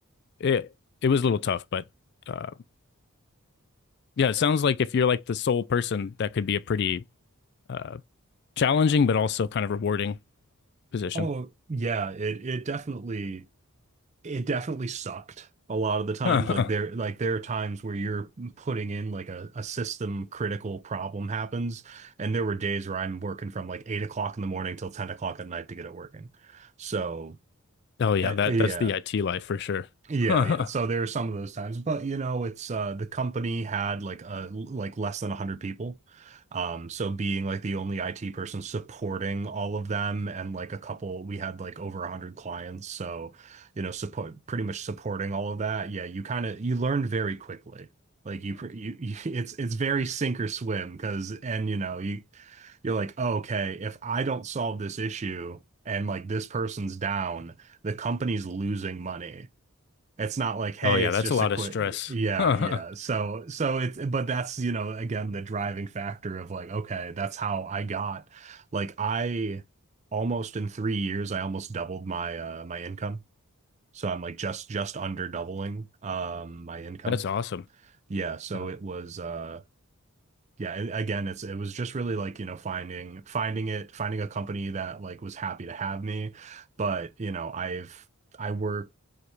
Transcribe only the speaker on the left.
it it was a little tough, but uh, yeah, it sounds like if you're like the sole person, that could be a pretty uh, challenging but also kind of rewarding position.
<laughs>
oh
yeah,
that
that's the IT life for sure. <laughs>
oh
yeah,
that's
a lot
of stress.
<laughs> that's
awesome.
Yeah.